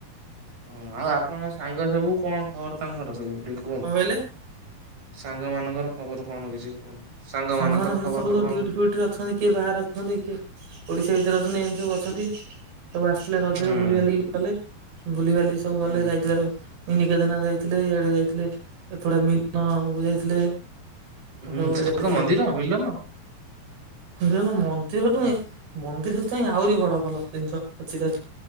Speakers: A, on the right; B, on the right.
A: ହୁଁ ଆଉ ଆପଣଙ୍କ ସାଙ୍ଗ ସବୁ, କଣ ଖବର ତାଙ୍କର ସବୁ ଟିକେ କୁହନ୍ତୁ?
B: କଣ କହିଲେ
A: ସାଙ୍ଗ ମାନଙ୍କର ଖବର କଣ କିଛି କୁହନ୍ତୁ? ସାଙ୍ଗ
B: ସାଙ୍ଗମାନେ
A: ମାନଙ୍କର
B: ସବୁ
A: ଖବର
B: ସବୁ ସବୁ
A: କଣ
B: ଡ୍ୟୁଟି
A: କିଛି?
B: ଫ୍ୟୁଟିରେ ଅଛନ୍ତି କିଏ ବାହାରେ ଅଛନ୍ତି, କିଏ ଓଡିଶା ଭିତରେ ଅଛନ୍ତି ଏମତି ସବୁ ଅଛନ୍ତି। ସବୁ ଆସି ଥିଲେ ରଜରେ
A: ହୁଁ
B: ବୁଲି ବାଲିକି ଗଲେ। ବୁଲିିବାଲିକି ସବୁ ଗଲେ।
A: ଉଁ,
B: ଯାଇଥିଲେ ମିନି କେଦାରନାଥ ଯାଇଥିଲେ ଇଆଡେ ଯାଇଥିଲେ। ଏପଟେ ମିଲ୍ ନ କୁ ଯାଇଥିଲେ।
A: ହୁଁ
B: ସବୁଆଡେ
A: ସେଟା
B: ଯାଇଥିଲେ
A: କଣ ମନ୍ଦିର ମିଲନ?
B: ମିଲନ ମନ୍ଦିର ନୁହଁ। ମନ୍ଦିର ଚାଇଁ ଆହୁରି ବଡ ଭଲ ଜିନିଷ ଅଛି ତାଠି।